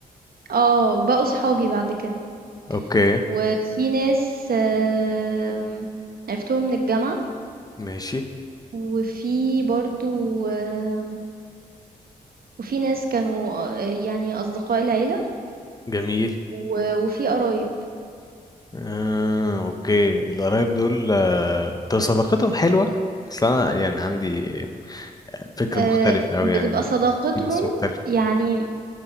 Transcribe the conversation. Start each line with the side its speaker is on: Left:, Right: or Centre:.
Right: اه وبقوا صحابي بعد كده
Left: <laughs> اوكي
Right: وفي ناس آم، عرفتهم من الجامعة
Left: ماشي
Right: وفي برضو آم، وفي ناس كانوا آه، يعني أصدقاء العيلة
Left: جميل
Right: و- وفي قرايب
Left: آه، اوكي القرايب دول آه، طب صداقتهم حلوة اصل انا يعني عندي فكر
Right: آه،
Left: مختلف اوي
Right: بتبقى
Left: يعني
Right: صداقتهم
Left: في ناس مختلفة
Right: يعني